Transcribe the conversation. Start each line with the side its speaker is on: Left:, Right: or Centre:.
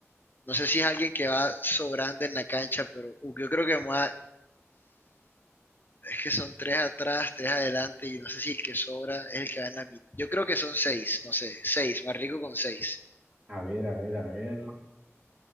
Left: No sé si es alguien que va sobrando en la cancha, pero uh, yo creo que más... Es que son tres atrás, tres adelante, y no sé si el que sobra es el que va en la mitad. Yo creo que son seis, no sé, seis, más rico con seis.
Right: A ver, a ver, a ver.